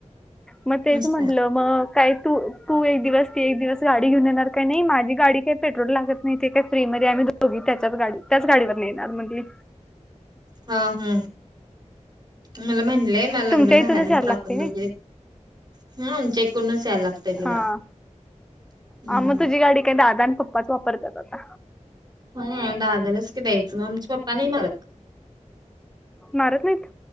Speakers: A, in the centre; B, on the right.
A: मग तेच
B: मस्त
A: म्हंटलं
B: आहे.
A: मग, काय तू तू एक दिवस, ती एक दिवस गाडी घेऊन येणार काही नाही माझी गाडी काही पेट्रोल लागत नाही. ते काय फ्रीमध्ये आम्ही दोघी त्याच्याच गाडीत त्याच गाडीवरन येणार मग ही.
B: हा, हा, मला म्हणलंय माझं लग्न
A: तुमच्या
B: झाल्यानंतर
A: इथूनच यायला लागते
B: आपण
A: व्हय
B: दोघी हा, आमच्या इकडूनच यायला लागतय तिला.
A: हा.
B: हम्म.
A: हा. मग तुझी गाडी काय दादा आणि पप्पाच वापरत्यात आता.
B: हां दादालाच की द्यायचं मग आमचा पप्पा नाही मारत.
A: मारत नाहीत?